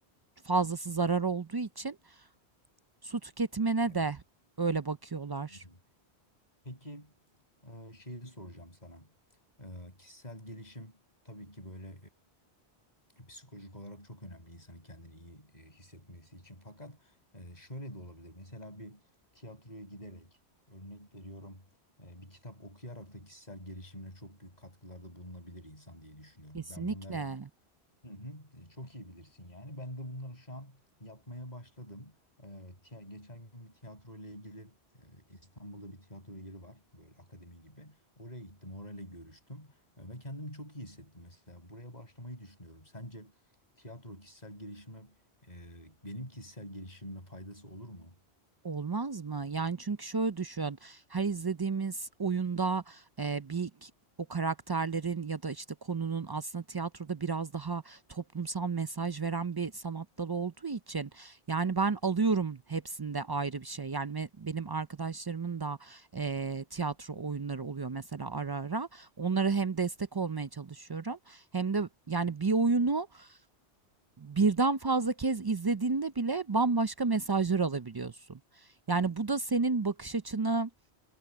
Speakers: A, on the right; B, on the left.
A: fazlası zarar olduğu için su tüketimine
B: Evet.
A: de öyle bakıyorlar.
B: Hı hı. Peki eee, şeyi soracağım sana. Eee, kişisel gelişim tabii ki böyle eee, psikolojik olarak çok önemli insanın kendini iyi eee, hissetmesi için. Fakat eee, şöyle de olabilir. Mesela bir tiyatroya giderek örnek veriyorum eee, bir kitap okuyarak da kişisel gelişimine çok büyük katkılarda bulunabilir insan diye düşünüyorum.
A: Kesinlikle.
B: Ben bunları Hı hı. E, çok iyi bilirsin yani. Ben de bunları şu an yapmaya başladım. E, tiya- geçen gün bir tiyatro ile ilgili e, İstanbul'da bir tiyatro yeri var. Böyle akademi gibi. Oraya gittim, orayla görüştüm. E, ve kendimi çok iyi hissettim mesela. Buraya başlamayı düşünüyorum. Sence tiyatro kişisel gelişime, e, benim kişisel gelişimime faydası olur mu?
A: Olmaz mı? Yani çünkü şöyle düşün, her izlediğimiz oyunda e, bir k- o karakterlerin ya da işte konunun aslında tiyatroda biraz daha toplumsal mesaj veren bir sanat dalı olduğu için yani ben alıyorum hepsinde ayrı bir şey. Yani me- benim arkadaşlarımın da e, tiyatro oyunları oluyor mesela ara ara. Onlara hem destek olmaya çalışıyorum hem de yani bir oyunu birden fazla kez izlediğinde bile bambaşka mesajlar alabiliyorsun. Yani bu da senin bakış açını